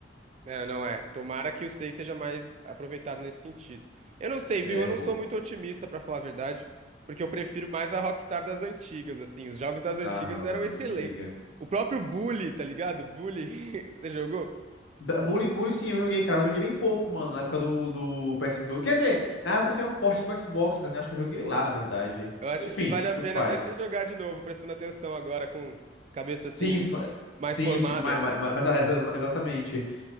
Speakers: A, on the right; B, on the left.
A: É, não é. Tomara que o 6 seja mais aproveitado nesse sentido. Eu não sei,
B: É,
A: viu? Eu não
B: pô.
A: sou muito otimista, pra falar a verdade, porque eu prefiro mais a Rockstar das antigas, assim. Os jogos das antigas
B: Ah, não,
A: eram
B: não,
A: excelentes.
B: nem me diga.
A: O próprio Bully, tá ligado? Bully, <laughs> você jogou?
B: Da- Bully, Bully sim, eu joguei, cara, mas joguei bem pouco, mano, na época do, do PS2. Quer dizer, na época saiu um porte pro Xbox, né? Acho que eu joguei lá, na verdade.
A: Eu acho
B: Enfim,
A: que vale a
B: tudo
A: pena
B: faz.
A: até você jogar de novo, prestando atenção agora com cabeça
B: Sim,
A: assim
B: sa-
A: mais
B: sim,
A: formada.
B: sim, mas, mas, mas- mas- ah, exa- exatamente.